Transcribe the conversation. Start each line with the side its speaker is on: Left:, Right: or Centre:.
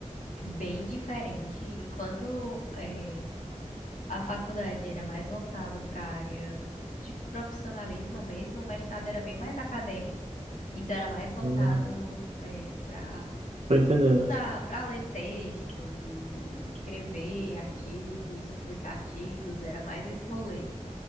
Left: É Bem diferente. Enquanto eh, a faculdade era mais voltado para a área de profissionalismo mesmo, o mestrado era bem mais acadêmico. Então era mais voltado
Right: Não
Left: é, para
Right: tô entendendo.
Left: estudar, para ler textos e escrever artigos, publicar artigos, era mais esse rolê.